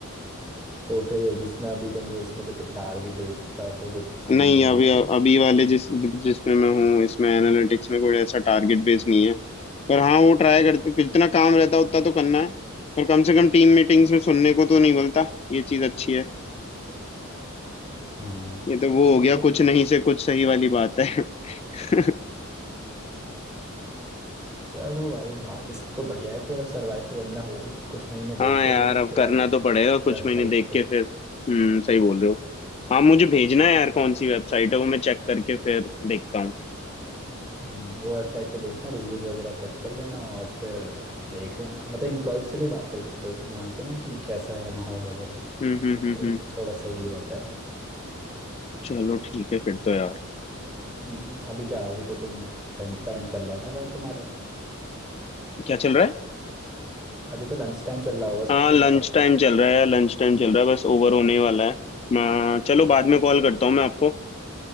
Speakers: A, on the right; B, on the left.
A: तो फिर जिसमें अभी तुम इसमें कुछ टारगेट बेस्ड का तो कुछ सीन
B: नहीं
A: नहीं होगा
B: अभी
A: ना फिर
B: अभी वाले जिस जिसमें मैं हूँ इसमें एनालिटिक्स में कोई ऐसा टारगेट बेस नहीं है पर हाँ वो ट्राई करते जितना काम रहता है उतना तो करना है पर कम से कम टीम मीटिंग्स में सुनने को तो नहीं मिलता ये चीज़ अच्छी है
A: हाँ
B: ये तो वो
A: तो वो
B: हो गया
A: तो
B: कुछ नहीं से कुछ सही वाली बात है <laughs>
A: चलो भाई बाकी सब तो बढ़िया है फिर अब सरवाइव तो करना हुआ ही कुछ महीने देख
B: हाँ
A: लो
B: यार
A: फिर उसके
B: अब
A: बाद
B: करना तो पड़ेगा कुछ
A: वेबसाइट
B: महीने देख
A: पे
B: के फिर हम्म सही बोल रहे हो हाँ मुझे भेजना है यार कौन सी वेबसाइट है वो मैं चेक करके फिर देखता हूँ
A: हम्म, वो वेबसाइट पे देखना रिव्यूज़ वगैरह चेक कर लेना और फिर देख लेना मतलब इम्प्लॉयज से भी बात कर सकते हो तुम वहाँ के ना कि कैसा है माहौल वगैरह
B: हम्म हम्म हम्म
A: तो
B: हम्म
A: उसमें थोड़ा सही रहता है
B: चलो ठीक है फिर तो यार
A: हम्म, अभी क्या अभी तो तुम लंच टाइम चल रहा है ना शायद तुम्हारा
B: क्या चल रहा है
A: अभी तो लंच टाइम चल रहा होगा
B: हाँ
A: शायद तुम्हारा
B: लंच टाइम चल रहा है लंच टाइम चल रहा है बस ओवर होने वाला है मैं चलो बाद में कॉल करता हूँ मैं आपको